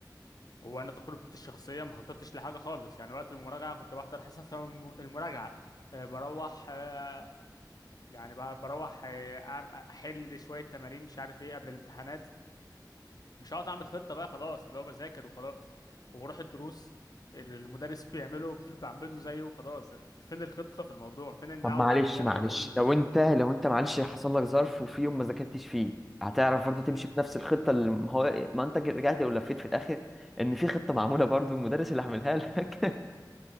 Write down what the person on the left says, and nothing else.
هو انا تجربتي الشخصية ما خططتش لحاجة خالص يعني وقت المراجعة كنت بحضر حصص الم- المراجعة آه، بروح آه، يعني ب- بروح آه، أع- احل شويه تمارين مش عارف ايه قبل الامتحانات مش هقعد اعمل خطه بقى خلاص اللي هو بذاكر وخلاص وبروح الدروس اللي المدرس بيعمله <laughs> بعمله زيه وخلاص فين الخطه في الموضوع فين ان
اقعد
اعمل جدول
واقول
م-